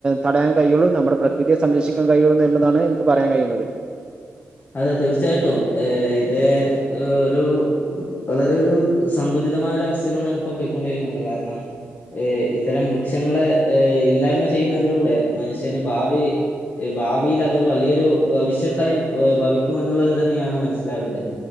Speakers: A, on the right; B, on the left.
A: തടയാൻ കഴിയുള്ളൂ. നമ്മുടെ പ്രകൃതിയെ സംരക്ഷിക്കാൻ കഴിയുള്ളൂ എന്നുള്ളതാണ് എനിക്ക് പറയാൻ കഴിയുന്നത്.
B: അതെ തീർച്ചയായിട്ടും ഏഹ് ഇത് ഒരു വളരെയൊരു സങ്കുചിതമായൊരു അവസ്ഥയിലൂടെയാണ്പ്പോ പോയ്ക്കൊണ്ടിരിക്കുന്നത് കാരണം ഏഹ് ഇത്തരം വൃക്ഷങ്ങള് ഏഹ് ഇല്ലായ്മ ചെയ്യുന്നതിലൂടെ മനുഷ്യന് ഭാവി ഭാവിയിലതൊരു വലിയൊരു ഭവിഷ്യത്തായി ഭവിക്കുമെന്നുള്ളത് തന്നെയാണ് മനസ്സിലാവ്ണ്ട്